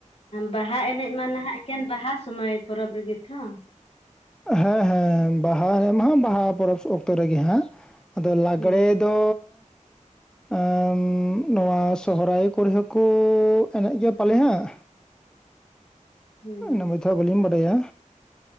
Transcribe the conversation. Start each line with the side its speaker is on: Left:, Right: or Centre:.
Left: ᱵᱟᱦᱟ ᱮᱱᱮᱡ ᱢᱟ ᱱᱟᱦᱟᱜ ᱮᱠᱷᱮᱱ ᱵᱟᱦᱟ ᱥᱚᱢᱚᱭ ᱯᱚᱨᱚᱵᱽ ᱨᱮᱜᱮ ᱛᱚ
Centre: ᱦᱮᱸ ᱦᱮᱸ ᱵᱟᱦᱟ ᱨᱮᱢᱟ ᱵᱟᱦᱟ ᱯᱚᱨᱚᱵᱽ ᱚᱠᱛᱚ ᱨᱮᱜᱮ ᱦᱟᱸ ᱟᱫᱚ ᱞᱟᱜᱽᱲᱮ
Left: ᱦᱩᱸ
Centre: ᱫᱚ
Left: <unintelligible>
Centre: ᱮᱸ ᱱᱚᱣᱟ ᱥᱚᱦᱚᱨᱟᱭ ᱠᱚᱨᱮ ᱦᱚᱸᱠᱚ ᱮᱱᱮᱡ ᱜᱮᱭᱟ ᱯᱟᱞᱮ ᱦᱟᱸᱜ
Left: ᱦᱩᱸ
Centre: <unintelligible> ᱵᱟᱞᱤᱧ ᱵᱟᱰᱟᱭᱟ